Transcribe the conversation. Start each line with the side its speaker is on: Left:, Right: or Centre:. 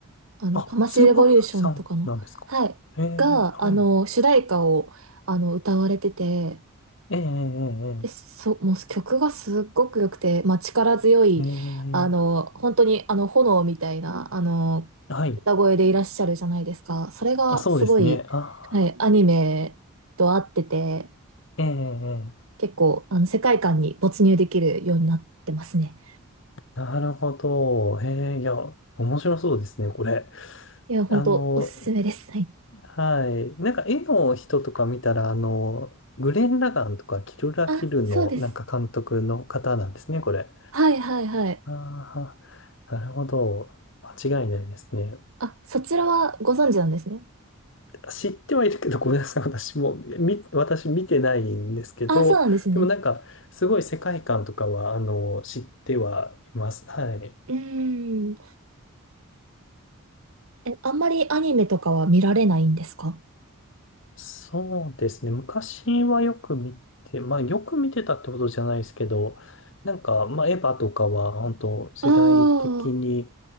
Right: あの、
Left: あ、
Right: トマス・
Left: スーパーフライさんなんですか。
Right: レボリューションとかの、はい、
Left: ええ、
Right: が、
Left: はい。
Right: あの、主題歌を、あの、歌われてて、
Left: ええ、
Right: で、そ、もう曲がすっごく良くて、まあ、力強い、
Left: ええ、ええ、
Right: あの、
Left: え
Right: 本当に、あの、炎みたいな、あの、
Left: えはい。
Right: 歌声でいらっしゃるじゃないですか。それがすごい、
Left: あ、そうですね。あ
Right: はい、アニメと合ってて、
Left: ー、ええ、ええ
Right: 結構、あの、世界観に没入できるようになってますね。
Left: なるほど。ええ、いや、面白そうですね、これ。
Right: いや、本当おすすめです。
Left: あの、
Right: はい。
Left: はい。なんか絵の人とか見たら、あの、グレン・ラガンとかキルラ・
Right: あ、
Left: キルのなんか監督の方なんですね、
Right: そうです。
Left: これ。
Right: はい、はい、はい。
Left: ああ、なるほど。間違いないですね。
Right: あ、そちらはご存知なんですね。
Left: 知ってはいるけど、ごめんなさい。<laughs> 私も、み、私見てないんですけど、
Right: あ、そうなんですね。
Left: でもなんか、すごい世界観とかは、あの、知ってはいます。はい。
Right: うーん。え、あんまりアニメとかは見られないんですか
Left: そうですね。昔はよく見て、まあよく見てたってことじゃないですけど、なんか、まあエヴァとかは本当世代的に
Right: ああ